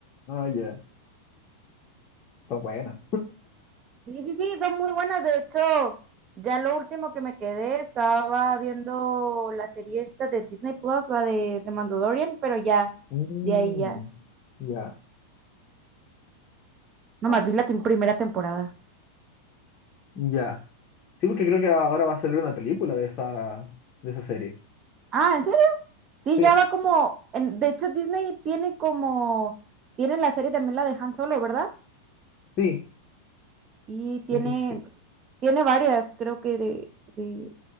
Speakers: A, on the left; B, on the right.
A: Ah, ya. Son buenas.
B: Sí, sí, sí, son muy buenas, de hecho, ya lo último que me quedé, estaba viendo la serie esta de Disney Plus, la de, de Mandalorian, pero ya,
A: Mm,
B: de ahí ya,
A: ya.
B: nomás
A: No,
B: vi la tem- primera temporada.
A: ya. Sí, porque creo que ahora va a salir una película de esa, de esa serie.
B: Ah, ¿en serio? Sí,
A: Sí,
B: ya va como, en- de hecho Disney tiene como, tiene la serie también la de Han Solo, ¿verdad?
A: sí,
B: y tiene,
A: sí, sí, sí.
B: tiene varias, creo que de, de-